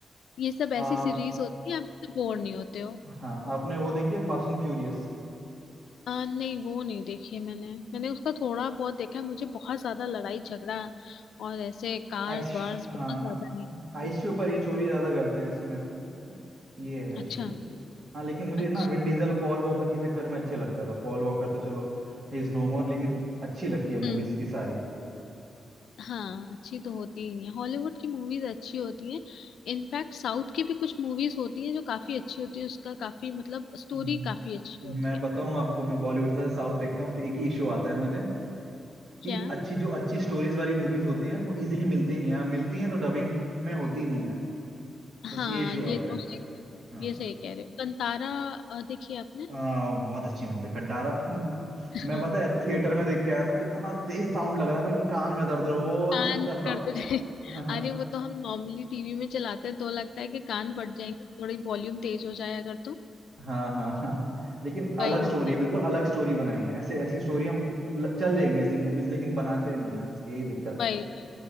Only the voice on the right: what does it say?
आप
हाँ आपने वो देखी है फास्ट एंड फ्यूरियस
एक्श
हाइस्ट
के ऊपर ये चोरी ज्यादा करते हैं उसमें ये है
स्टोरी हाँ लेकिन मुझे
ना विन डीजल पॉल वॉकर के चक्कर में अच्छे लगता था पॉल वॉकर तो चलो ही इज नो मोर लेकिन अच्छी लगती है मूवीज
की सारी
हम्म,
मैं
बताऊं आपको मैं बॉलीवुड से साउथ देखता हूँ बस एक ही इशू आता है मुझे कि
अच्छी जो अच्छी स्टोरीज वाली मूवीज होती हैं वो इजीली मिलती नहीं है मिलती हैं तो डबिंग में होती नहीं है बस
ये इशू
आता
है
हाँ
आ, बहुत अच्छी मूवी कंटारा म, मैं
पता है थिएटर में देख के आया था इतना तेज साउंड लग रहा था कि कान में दर्द हो रहा- वो
चीखता था
वो।
हाँ हाँ
हाँ हाँ हाँ। लेकिन अलग
स्टोरी
है बिल्कुल
अलग स्टोरी बनाई है ऐसे ऐसी स्टोरी हम चल जाएंगी ऐसी मूवीज लेकिन बनाते नहीं है बस यही दिक्कत
है